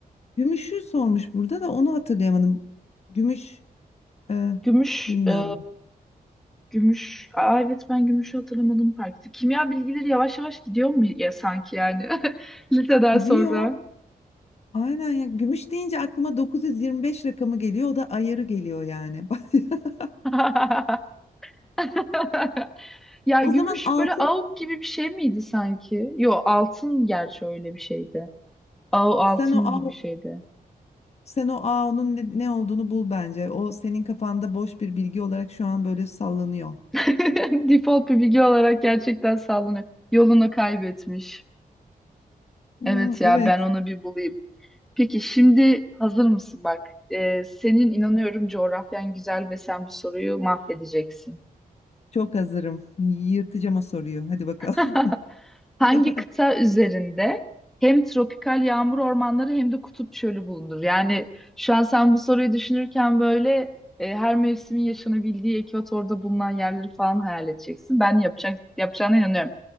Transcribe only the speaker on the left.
Gümüş'ü sormuş burada da onu hatırlayamadım. Gümüş e,
bilmiyorum.
Gidiyor.
Aynen ya. Gümüş deyince aklıma 925 rakamı geliyor. O da ayarı geliyor yani. <laughs>
O
zaman altın
sen o A,
sen o A onun ne, ne olduğunu bul bence. O senin kafanda boş bir bilgi olarak şu an böyle sallanıyor.
Aa,
evet.
Çok hazırım. Yırtacağım o soruyu. Hadi bakalım.
<laughs>